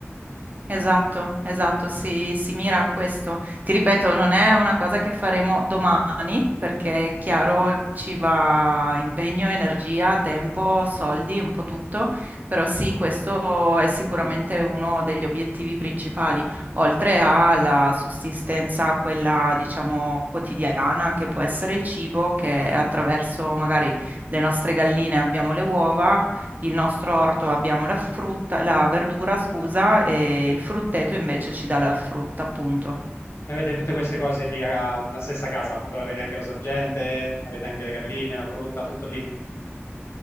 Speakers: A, on the right (about 40°); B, on the left (about 70°).
A: Esatto, esatto, si, si mira a questo. Ti ripeto, non è una cosa che faremo domani, perché è chiaro ci va impegno, energia, tempo, soldi, un po' tutto, però sì, questo è sicuramente uno degli obiettivi principali, oltre alla sussistenza, quella diciamo quotidiana, che può essere il cibo, che attraverso magari le nostre galline abbiamo le uova il nostro orto abbiamo la frutta, la verdura, scusa, e il frutteto invece ci dà la frutta, appunto.
B: E Avete tutte queste cose lì a- nella stessa casa, dove avete anche la sorgente, avete anche le galline, la frutta, tutto lì.